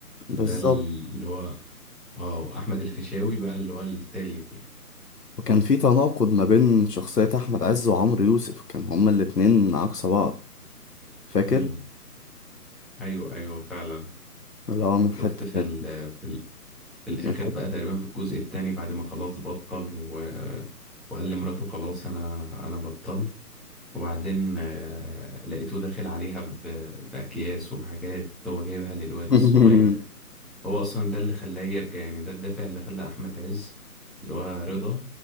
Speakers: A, on the left (about 80°); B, in the centre.
A: بالظبط
B: ده اللي هو اه أحمد الفيشاوي بقى اللي هو التالت يعني
A: وكان في تناقض ما بين شخصية أحمد عز وعمرو يوسف كان هما الاتنين عكس بعض فاكر؟
B: امم أيوه أيوه فعلا
A: اللي هو من حتة
B: شفت في
A: تانية
B: ال في ال في الآخر
A: من حتة
B: بقى تقريبا في الجزء التاني بعد ما خلاص بطل و... وقال لمراته خلاص أنا أنا بطلت وبعدين آه، لقيته داخل عليها ب... بأكياس وبحاجات هو جايبها للواد
A: <laughs>
B: الصغير هو اصلا ده اللي خلاه يرجع يعني ده الدافع اللي خلى احمد عز اللي هو رضا